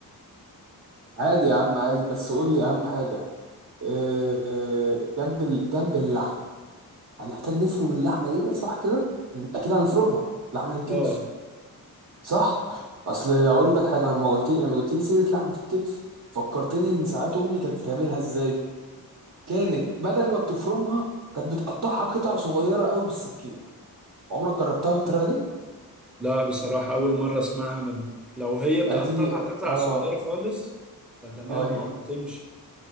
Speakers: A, on the right; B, in the centre.
A: عادي يا عم عادي بس قول لي اهم حاجه آه، آه، جنب ال- جنب اللحمه هنحتاج نفرم اللحمه دي صح كده اكيد هنفرمها لحمه الكتف
B: اه
A: صح اصل اقول لك حاجه لما قلت لي لما جبت لي سيره لحمه الكتف فكرتني ان ساعات امي كانت بتعملها ازاي كانت بدل ما بتفرمها كانت بتقطعها قطع صغيره قوي بالسكينه عمرك جربتها بالطريقه دي
B: لا بصراحة أول مرة أسمعها منك لو هي بتقطعها
A: اديني
B: قطع
A: اه
B: صغيرة خالص فتمام
A: ايوه
B: أه هتمشي